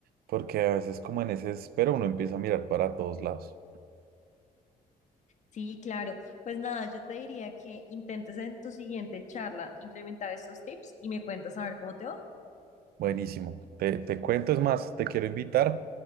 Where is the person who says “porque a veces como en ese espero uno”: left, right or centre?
Right